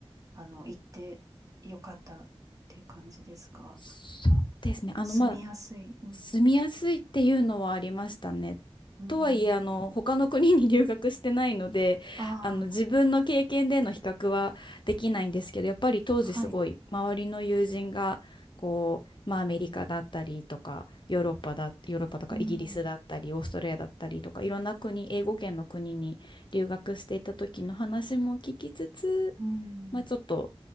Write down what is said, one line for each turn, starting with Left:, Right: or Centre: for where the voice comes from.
Right: あの、行ってよかったっていう感じですか。
Left: そうですね。あの、
Right: 住みやすい。
Left: まあ、
Right: うん。
Left: 住みやすいっていうのはありましたね。
Right: うん。
Left: とはいえ、あの、他の国に留学してないので、
Right: ああ、
Left: あの、自分の経験での比較はできないんですけど、やっぱり当時すごい周りの友人が、
Right: はい。
Left: こう、まあ、アメリカだったりとか、ヨーロッパだ、ヨーロッパとかイギリスだったり、
Right: うん。
Left: オーストラリアだったりとか、いろんな国、英語圏の国に留学していた時の話も聞きつつ、
Right: うん。
Left: まあ、ちょっと、